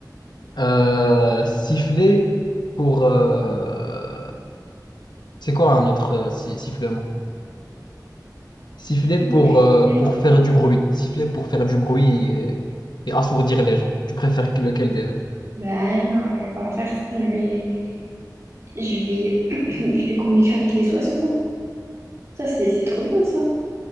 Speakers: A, on the left (about 75°); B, on the right (about 40°).
A: euh, siffler pour, euh, c'est quoi un autre euh, si- sifflement? Siffler
B: je
A: pour,
B: vois.
A: euh,
B: Il y a
A: pour
B: quoi?
A: faire du bruit. Siffler pour faire du bruit et, et assourdir les gens. Tu préfères que- lequel des deux?
B: Ben non, je vais pas faire ça. Je vais, je vais, <clears throat> je vais communiquer avec les oiseaux. Ça, c'est, c'est trop bien, ça.